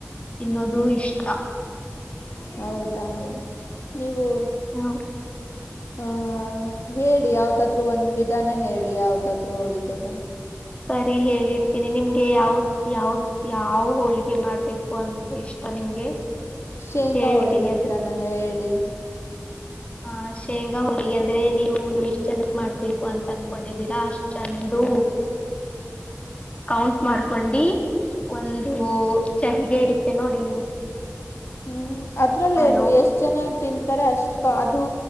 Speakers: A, on the left; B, on the left.
A: ತಿನ್ನೋದು ಇಷ್ಟ.
B: ಹೌದಾ ನೀವು.
A: ಹು
B: ಆ ಹೇಳಿ ಯಾವ್ದಾದ್ರು ಒಂದ್ ವಿದ್ ಇದಾನ ಹೇಳಿ ಯಾವುದಾದರೂ ಹೋಳಿಗೆದು
A: ಸರಿ ಹೇಳಿರ್ತೀನಿ ನಿಮ್ಗೆ ಯಾವ್ದ ಯಾವ್ದ್ ಯಾವ ಹೋಳಿಗೆ ಮಾಡ್ಬೇಕು ಅಂತ ಇಷ್ಟ ನಿಮ್ಗೆ.
B: ಶೇಂಗಾ
A: ಹೇಳ್ತೀನಿ
B: ಹೋಳಿಗೆ ವಿಧಾನ ಹೇಳಿ.
A: ಹ ಶೇಂಗಾ ಹೋಳಿಗೆ ಅಂದ್ರೆ ನೀವು ಎಷ್ಟ್ ಜನಕ್ ಮಾಡ್ಬೇಕು ಅಂತ ಅನ್ಕೊಂಡಿದೀರಾ ಅಷ್ಟ್ ಜನದು ಕೌಂಟ್ ಮಾಡ್ಕೊಂಡು ಒಂದು ಚರಿಗೆ ಇರುತ್ತೆ ನೋಡಿ.
B: ಹ್ಮ್ ಅದ್ರಲ್ಲೇನು
A: ಹಲೋ
B: ಎಷ್ಟ್ ಜನ ತಿಂತಾರೆ ಅಷ್ಟ ಅದು